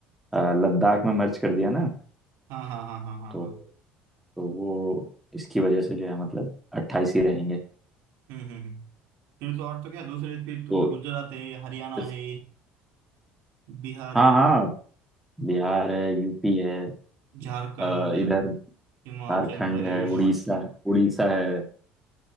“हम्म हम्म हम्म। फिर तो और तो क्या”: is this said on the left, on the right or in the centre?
Right